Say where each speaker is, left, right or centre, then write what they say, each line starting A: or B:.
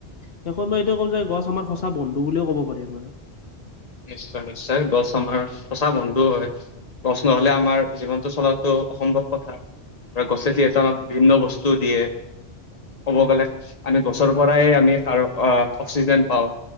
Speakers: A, on the left; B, on the left.
A: শেষত মই এইোৱ ক'ম যে, গছ আমাৰ সঁচা বন্ধুুও ক'ব পাৰি আমাৰ।
B: নিশ্চয়- নিশ্চয় গছ আমাৰ সঁচা বন্ধও হয়। গছ নহলে আমাৰ জীৱনটো চলাত টো অসম্ভৱ কথা। আৰু গছে
A: হয়
B: যি এটানত বিভিন্ন বস্তুও দিয়ে। ক'ব
A: হয় হয়
B: গ'লে
A: হয়।
B: আমি গছৰ পৰাই আমি ত অক্সিজেন পাওঁ।